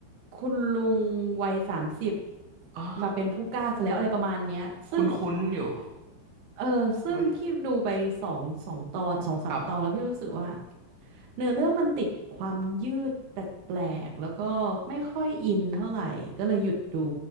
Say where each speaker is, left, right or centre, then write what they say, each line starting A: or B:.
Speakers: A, on the right (about 60°); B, on the right (about 80°).
A: คุณลุงวัยสามสิบ
B: อ๋อ
A: มาเป็นผู้กล้าซะแล้วอะไรประมาณเนี้ยซึ่ง
B: คุ้นๆอยู่
A: เออซึ่งพี่ดูไปสองสองตอนสองสามตอนแล้วพี่รู้สึกว่า
B: รู้ไหมครับ
A: เนื้อเรื่องมันติดความยืดแปลกๆแล้วก็ไม่ค่อยอินเท่าไหร่ก็เลยหยุดดู